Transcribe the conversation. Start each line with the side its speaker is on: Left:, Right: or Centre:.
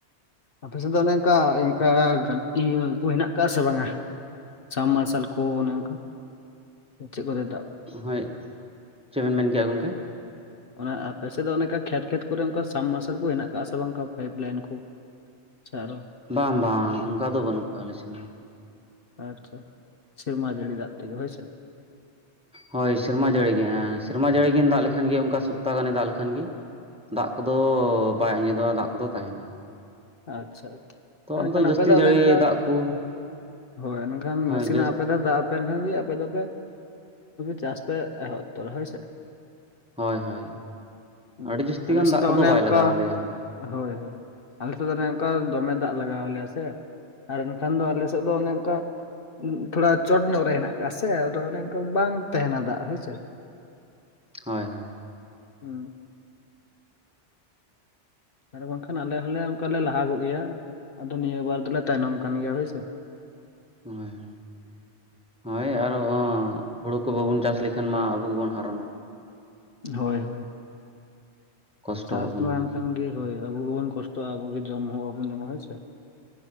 Left: ᱟᱯᱮᱥ ᱫᱚ ᱮᱱᱮᱝᱠᱟ ᱚᱱᱠᱟ ᱜᱟ ᱤᱭᱟᱹ ᱜᱟᱰᱤᱨᱟ ᱠᱚ ᱦᱮᱱᱟᱜ ᱟᱠᱟᱫᱼᱟ ᱥᱮ ᱵᱟᱝᱟ ᱥᱟᱨ ᱢᱟᱨᱥᱟᱞ ᱠᱩ ᱚᱱᱮ ᱚᱱᱠᱟ ᱪᱮᱫ ᱠᱚ ᱫᱮᱫ
Centre: ᱦᱳᱭ ᱪᱮᱫᱵᱮᱱ ᱢᱮᱱᱠᱮᱜᱼᱟ ᱜᱚᱝᱠᱮ
Left: ᱚᱱᱟ ᱟᱯᱮ ᱥᱮᱫ ᱫᱚ ᱚᱱᱮᱠᱟ ᱠᱷᱮᱛ ᱠᱷᱮᱛ ᱠᱚᱨᱮ ᱚᱱᱠᱟ ᱥᱟᱵ ᱢᱟᱨᱥᱟᱞ ᱠᱚ ᱦᱮᱱᱟᱜᱟᱜᱼᱟ ᱥᱮ ᱵᱟᱝᱠᱟ ᱯᱟᱭᱤᱯ ᱞᱟᱭᱤᱱ ᱠᱚ ᱡᱟ ᱟᱨᱚ
Centre: ᱵᱟᱝ ᱵᱟᱝ ᱚᱱᱠᱟ ᱫᱚ ᱵᱟᱹᱱᱩᱜ ᱠᱟᱜᱼᱟ ᱞᱮ ᱥᱮᱱ ᱫᱚ
Left: ᱟᱪᱪᱷᱟ ᱥᱮᱨᱢᱟ ᱡᱟᱹᱲᱤ ᱫᱟᱜ ᱛᱮᱜᱮ ᱦᱳᱭ ᱥᱮᱮ
Centre: ᱦᱳᱭ ᱥᱮᱨᱢᱟ ᱡᱟᱹᱲᱤ ᱜᱮ ᱟᱸᱻᱥᱮᱨᱢᱟ ᱡᱟᱹᱲᱤ ᱜᱤᱱ ᱫᱟᱜ ᱞᱮᱠᱷᱟᱱ ᱜᱮ ᱚᱱᱠᱟ ᱥᱚᱯᱛᱟ ᱜᱟᱱᱮ ᱫᱟᱜ ᱞᱮᱠᱷᱟᱱ ᱜᱤ ᱫᱟᱜ ᱠᱚᱫᱚ ᱵᱟᱭ ᱟᱸᱡᱮᱫᱚᱜᱼᱟ ᱫᱟᱜ ᱠᱚᱫᱚ ᱛᱟᱦᱮᱱᱟ᱾
Left: ᱟᱪᱪᱷᱟ ᱟᱪᱪᱷᱟ
Centre: ᱛᱚ
Left: ᱮᱱᱠᱷᱟᱱ
Centre: ᱟᱞᱮ ᱡᱟᱹᱥᱛᱤ
Left: ᱟᱯᱮ ᱫᱚ ᱚᱱᱮ
Centre: ᱡᱟᱹᱲᱤ
Left: ᱚᱱᱠᱟ
Centre: ᱫᱟᱜ ᱠᱚ
Left: ᱦᱳᱭ ᱢᱮᱱᱱᱠᱷᱟᱱ
Centre: ᱦᱳᱭ
Left: ᱱᱟᱥᱮᱱᱟᱜ
Centre: ᱡᱟᱹᱥ
Left: ᱟᱯᱮ ᱫᱚ ᱫᱟᱜ ᱯᱮᱱᱠᱷᱟᱱ ᱜᱮ ᱟᱯᱮ ᱫᱚᱯᱮ ᱪᱟᱥ ᱯᱮ ᱮᱦᱚᱵᱛᱚᱨᱟ ᱦᱳᱭ ᱥᱮ
Centre: ᱦᱳᱭ ᱦᱳᱭ
Left: ᱦᱩᱸ
Centre: ᱟᱹᱰᱤ ᱡᱟᱹᱥᱛᱤ
Left: ᱟᱞᱮ
Centre: ᱜᱟᱱ
Left: ᱥᱮᱫ
Centre: ᱫᱟᱜ
Left: ᱫᱚ
Centre: ᱠᱚᱫᱚ
Left: ᱚᱱᱮ
Centre: ᱵᱟᱭ
Left: ᱚᱱᱠᱟ
Centre: ᱞᱟᱜᱟᱣ ᱞᱮᱮᱭᱟ ᱟᱞᱮ ᱫᱚ
Left: ᱦᱳᱭ ᱦᱳᱭ ᱟᱞᱮ ᱥᱮᱫ ᱫᱚ ᱚᱱᱮ ᱚᱱᱠᱟ ᱫᱚᱢᱮ ᱫᱟᱜ ᱞᱟᱜᱟᱣᱞᱮᱭᱟ ᱥᱮ ᱟᱨ ᱮᱱᱠᱷᱟᱱ ᱫᱚ ᱟᱞᱮ ᱥᱮᱫ ᱫᱚ ᱚᱱᱮ ᱚᱱᱠᱟ ᱛᱷᱚᱲᱟ ᱪᱚᱴ ᱧᱚᱜ ᱨᱮ ᱦᱮᱱᱟᱜ ᱟᱠᱟᱟᱜᱼᱟ ᱥᱮ ᱟᱫᱚ ᱚᱱᱮ ᱚᱱᱠᱟ ᱵᱟᱝ ᱛᱟᱦᱮᱱᱟ ᱫᱟᱜ ᱦᱳᱭᱥᱮ
Centre: ᱦᱳᱭ ᱦᱳᱭ
Left: ᱦᱩᱸ ᱟᱨ ᱵᱟᱝᱠᱷᱟᱱ ᱟᱞᱮ ᱦᱚᱸᱞᱮ ᱚᱱᱠᱟ ᱞᱮ ᱞᱟᱦᱟᱜᱚᱜ ᱜᱮᱭᱟ ᱟᱫᱚ ᱱᱤᱭᱟᱹ ᱵᱟᱨ ᱫᱚᱞᱮ ᱛᱟᱭᱱᱚᱢ ᱠᱟᱱ ᱜᱮᱭᱟ ᱦᱳᱭᱥᱮ
Centre: ᱦᱳᱭ ᱦᱳᱭ ᱦᱳᱭ ᱟᱨᱚᱸ ᱦᱩᱲᱩ ᱠᱚ ᱵᱟᱵᱚᱱ ᱪᱟᱥ ᱞᱮᱠᱷᱟᱱ ᱢᱟ ᱟᱵᱚ ᱜᱮᱵᱚᱱ ᱦᱟᱨᱚᱱᱚᱜ
Left: ᱦᱳᱭ ᱦᱳᱭ
Centre: ᱠᱚᱥᱴᱚ
Left: ᱪᱟᱥ
Centre: ᱟᱵᱚᱱᱟ
Left: ᱢᱟ
Centre: ᱵᱩᱜᱤ
Left: ᱮᱱᱠᱷᱟᱱᱜ ᱜᱮ ᱦᱳᱭ ᱟᱵᱚ ᱵᱩᱱ ᱠᱚᱥᱴᱚᱜᱼᱟ ᱟᱵᱚᱜ ᱜᱮ ᱡᱚᱢ ᱦᱚᱸ ᱵᱟᱵᱚᱱ ᱧᱟᱢᱟ ᱦᱮᱭᱥᱮ